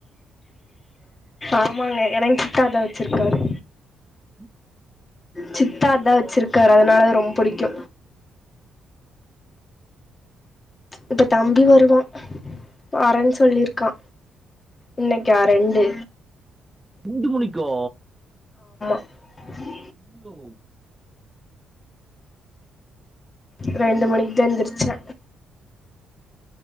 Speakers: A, on the left; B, on the right.
A: ஆமாங்க <unintelligible> அத வச்சிருக்காரு
B: ம்
A: சித்தா அதா வச்சிருக்காரு அதனால அது ரொம்ப புடிக்கு இப்ப தம்பி வருவான் வரேன்னு சொல்லிருக்கா இன்னைக்கா ரெண்டு
B: ரெண்டு மணிக்கா
A: உ
B: அய்யோ
A: ஆஹ் ரெண்டு மணிக்கு தா எந்துருச்சே